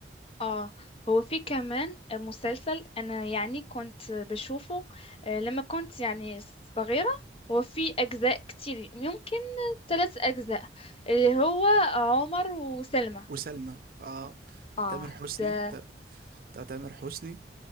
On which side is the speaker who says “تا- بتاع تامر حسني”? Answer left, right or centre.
Right